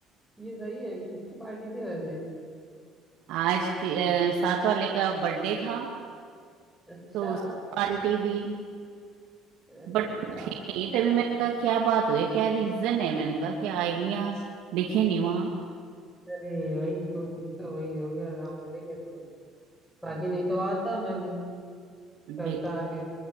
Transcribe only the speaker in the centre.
ये सही है किसकी पार्टी थी वैसे
अच्छा
अरे
वाह
अरे वही तो दिक्कत वही हो गया गाँव चले गए थे बाकी नहीं तो आता मैं भी करता
आके